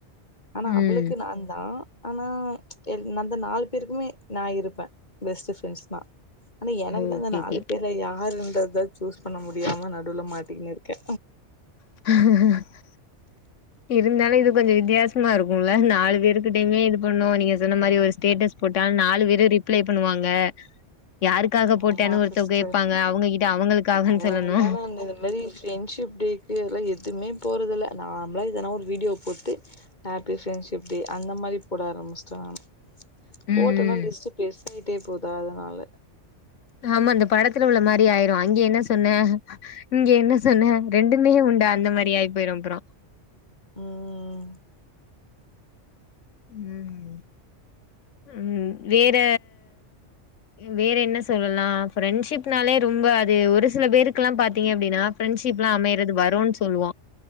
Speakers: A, on the left; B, on the left.
A: ஆனா
B: ம்
A: அவளுக்கு நான்தா ஆனா அந்த நாலு பேருக்குமே நா இருப்பே பெஸ்ட்டு ஃப்ரெண்ட்ஸ் தா ஆனா எனக்கு தா
B: ஓகே
A: அந்த நாலு
B: ஓகே
A: பேருல யாருன்றத சூஸ் பண்ண முடியாம நடுவில மாட்டிக்கினு இருக்கே
B: <unintelligible>
A: <inaudible>
B: இருந்தாலு இது கொஞ்சோ வித்தியாசமா இருக்குல்ல நாலு பேருக்கிடயு இது பண்ணு நீங்க சொன்ன மாரி ஒரு ஸ்டேட்டஸ் போட்டாலு நாலு பேரு ரிப்ளை பண்ணுவாங்க
A: <inaudible>
B: யாருக்காக போட்டனு
A: ஆமா
B: ஒருத்தவ
A: சிஸ்டர்
B: கேப்பாங்க அவுங்ககிட்ட அவ்ங்களுக்காகன்னு
A: அதனால
B: சொல்லணு
A: தான் நான் இந்த மாரி ஃப்ரெண்ட்ஷிப் டேக்கு எல்லா எதுமே போறதில்ல நாமளா இதனா ஒரு வீடியோ போட்டு ஹாப்பி ஃப்ரெண்ட்ஷிப் டே அந்த மாரி போட ஆரமிச்சிட்டே நானு போட்டனா
B: ம் ம்
A: லிஸ்ட்டு பெருசாயிட்டே போதா அதனால
B: ஆமா இந்த படத்துல உள்ள மாரி ஆயிரு அங்க என்ன சொன்ன இங்க என்ன சொன்ன ரெண்டுமே உண்டா அந்த மாரி ஆயி பேயிரும்அப்றோ
A: ம்
B: ம் ம் வேற வேற என்ன சொல்லலா ஃரெண்ட்ஷிப்னாலே ரொம்ப அது ஒரு சில பேருக்கு எல்லா பாத்தீங்க அப்டின்னா பிரரெண்ட்ஷிப்லா அமையறது வரோனு சொல்லுவோ